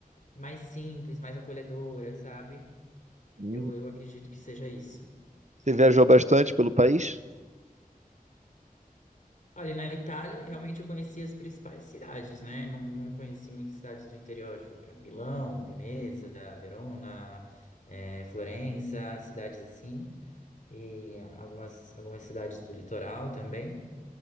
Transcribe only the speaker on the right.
uhum.
Você viajou bastante pelo país?